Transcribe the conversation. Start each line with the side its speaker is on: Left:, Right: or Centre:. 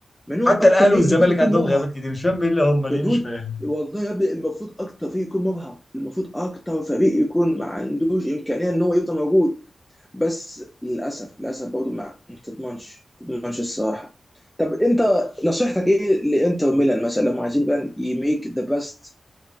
Centre: مع انهم
Left: حتى
Centre: اكتر
Left: الاهلي
Centre: فريق
Left: والزمالك
Centre: المفروض يكون
Left: عندهم
Centre: مرهق
Left: غيابات كتير مش فاهم ايه اللي هم ليه
Centre: يا دود
Left: مش فاهم
Centre: والله يا ابني المفروض اكتر فريق يكون مرهق المفروض اكتر فريق يكون ما عندوش امكانيه ان هو يفضل موجود بس للاسف للاسف برضه ما ما تضمنش ما تضمنش الصراحه طب انت نصيحتك ايه لانتر ميلان مثلا لو هم عايزين بقى يميك ذا بيست